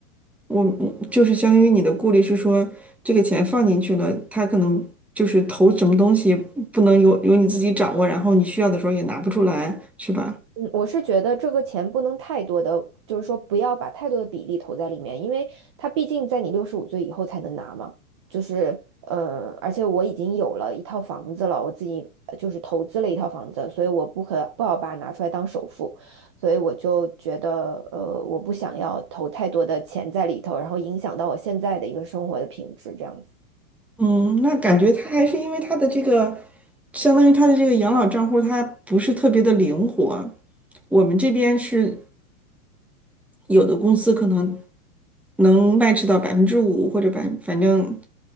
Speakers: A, in the centre; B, on the right.
A: 我就是相当于你的顾虑是说，这个钱放进去了，他可能就是投什么东西不能由由你自己掌握，然后你需要的时候也拿不出来，是吧？
B: 嗯，我是觉得这个钱不能太多的，就是说不要把太多的比例投在里面，因为它毕竟在你六十五岁以后才能拿嘛。就是，呃，而且我已经有了一套房子了，我自己呃就是投资了一套房子，所以我不可不好把它拿出来当首付，所以我就觉得，呃，我不想要投太多的钱在里头，然后影响到我现在的一个生活的品质这样子。
A: 嗯，那感觉他还是因为他的这个，相当于他的这个养老账户它不是特别的灵活。我们这边是有的公司可能能 match 到百分之五或者百，反正，